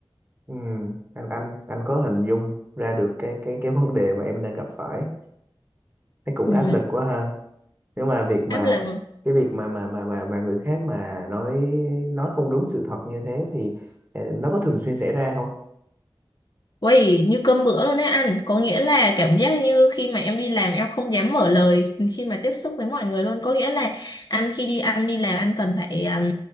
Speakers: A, on the right; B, on the left.
A: ừ. Anh anh anh có hình dung ra được cái cái cái vấn đề mà em đang gặp phải. Thấy cũng
B: ừ.
A: áp lực quá ha. nếu mà việc mà
B: áp lực
A: cái việc mà mà mà mà, mà người khác mà nói nói không đúng sự thật như thế thì ờ, nó có thường xuyên xảy ra không
B: Uầy, như cơm bữa luôn đấy anh có nghĩa là cảm giác như khi mà em đi làm em không dám mở lời khi mà tiếp xúc với mọi người luôn có nghĩa là anh khi đi ăn đi làm anh cần phải um,